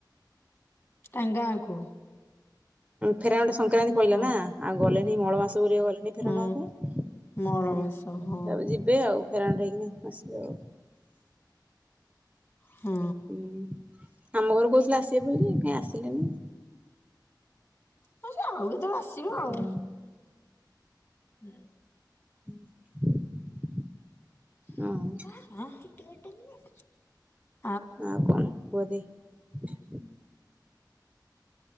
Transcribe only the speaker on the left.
ତାଙ୍କ ଙ୍ଗାକୁ?
ଓ
ହଁ
ମଳ
ମାସ ହଁ
ହଁ।
ହଉ ସେ ଆଉ କେତେବେଳେ ଆସିବେ ଆଉ।
ହୁଁ।
<inaudible>